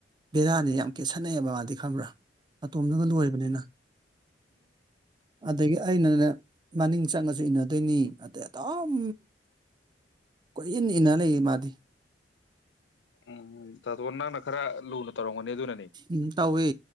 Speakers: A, on the right; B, on the left.
A: ꯕꯦꯔꯥꯅꯤ ꯌꯥꯝ ꯀꯦ ꯁꯥꯟꯅꯩꯑꯕ ꯃꯥꯗꯤ ꯈꯪꯕ꯭ꯔꯥ ꯑꯇꯣꯝꯗꯒ ꯂꯣꯏꯕꯅꯤꯅ ꯑꯗꯒꯤ ꯑꯩꯅꯅꯦ ꯃꯅꯤꯡ ꯆꯪꯉꯁꯨ ꯏꯟꯅꯗꯣꯏꯅꯤ ꯑꯗꯩ ꯑꯗꯨꯝ ꯀꯣꯏꯟ ꯏꯟꯅ ꯂꯩꯌꯦ ꯃꯥꯗꯤ
B: ꯎꯝ ꯇꯗꯣ ꯅꯪꯅ ꯈꯔ ꯂꯨꯅ ꯇꯧꯔꯝꯒꯅꯤ ꯑꯗꯨꯅꯅꯦ
A: ꯎꯝ ꯇꯥꯎꯋꯦ